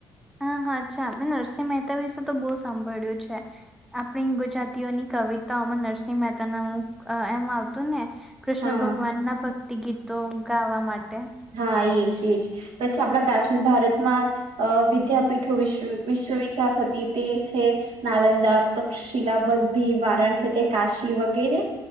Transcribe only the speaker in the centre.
હા હા અચ્છા મે નરસિંહ મહેતા વિશે તો બહુ સાંભળ્યું છે આપણી ગુજરાતીઓની કવિતાઓમાં નરસિંહ મહેતા નુ હું એમ આવતું ને. કૃષ્ણ
ભગવાન ના ભક્તિ ગીતો. ગાવા માટે.